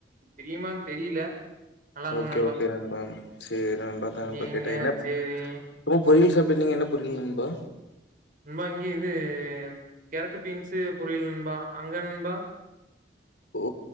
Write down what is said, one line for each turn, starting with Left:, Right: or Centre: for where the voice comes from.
Right: தெரியுமான் தெரியில நல்லா இருக்கு
Left: ஓகே
Right: நண்பா
Left: ஓகே சேரி நண்பா அதா நண்பா
Right: நீங்க
Left: கேட்டே என்ன
Right: சேரி
Left: சும்மா பொரியல் சாப்ட்டு வந்தீங்க என்ன பொரியல் நண்பா
Right: நண்பா இங்க இது கேரட்டு பீன்ஸு பொரியல் நண்பா அங்க நண்பா
Left: ஓ